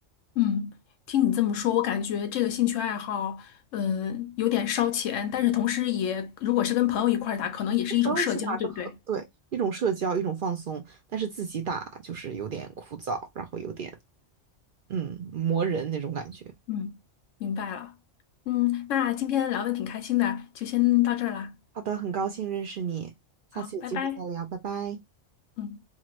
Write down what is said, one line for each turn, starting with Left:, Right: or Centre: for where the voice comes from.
Left: 嗯，听你这么说，我感觉这个兴趣爱好，呃，有点烧钱，但是同时也，如果是跟朋友一块儿打，可能也是一种社交，
Right: 朋友一起打是很，
Left: 对不对？
Right: 对，一种社交，一种放松，但是自己打就是有点枯燥，然后有点嗯磨人那种感觉。
Left: 嗯，明白了。嗯，那今天聊的挺开心的，就先到这儿啦。
Right: 好的，很高兴认识你，下次有机会再聊，
Left: 好，拜拜。
Right: 拜拜。
Left: 嗯。